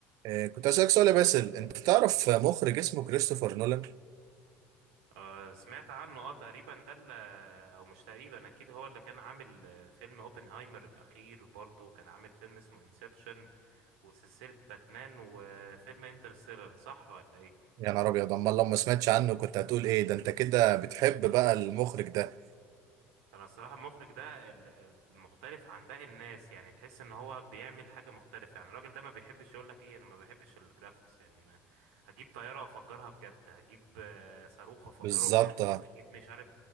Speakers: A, on the right; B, on the right.
A: آه، كنت أسألك سؤال يا باسل أنت تعرف مخرج اسمه كريستوفر نولان؟
B: آه، سمعت عنه اه تقريبا ده اللي او مش تقريبا اكيد هو اللي كان عامل آه، فيلم اوبنهايمر الاخير برضه وكان عامل فيلم اسمه انسبشن وسلسلة باتمان وفيلم انترستيلر صح ولا
A: يا نهار أبيض أمال لو ما سمعتش عنه كنت هتقول إيه ده أنت كده
B: ايه
A: بتحب بقى المخرج ده
B: انا الصراحه المخرج ده ال- ال- المختلف عن باقي الناس يعني تحس ان هو بيعمل حاجه مختلفه يعني الراجل ده ما بيحبش يقول لك ايه انا ما بحبش الجرافيكس يعني ما هجيب طياره وافجرها بجد هجيب آه، صاروخ وافجره
A: بالظبط
B: بجد
A: أه
B: هجيب مش عارف